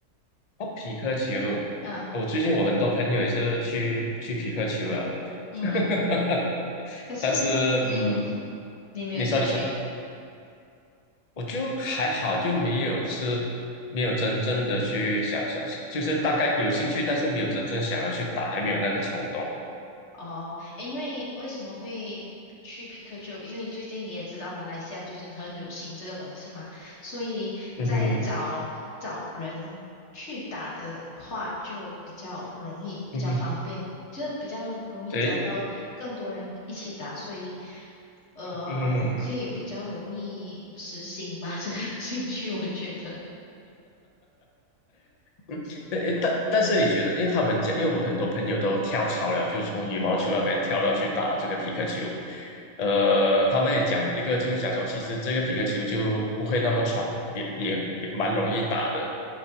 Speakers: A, on the left; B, on the left.
A: 哦，匹克球，
B: 嗯
A: 我最近我很多朋友也是去去匹克球了，
B: 嗯，
A: <laughs>
B: 可是。
A: 但是嗯，
B: 嗯，你没有兴趣
A: 你说你说，我就还好，就没有是没有真正的去想想，就是大概有兴趣，但是没有真正想要去打，还没有那个冲动。
B: 哦？诶，因为为什么会去皮克球？因为最近你也知道，马来西亚最近很流行这个东西嘛，所以在找找人去打的话，
A: 嗯哼，
B: 就比较容易，比较方便，
A: 嗯哼，
B: 就是比较容易找到更多人一起打，
A: 对，
B: 所以呃，
A: 嗯哼嗯哼。
B: 可以比较容易实行吧，这个 <laughs> 兴趣，我觉得。
A: 嗯，但诶但但是你觉得，因为他们讲，因为我很多朋友都跳槽了，就是从羽毛球那边跳到去打这个皮克球，呃，他们也讲一个，就是讲说，其实这个皮克球就不会那么喘，也也也蛮容易打的，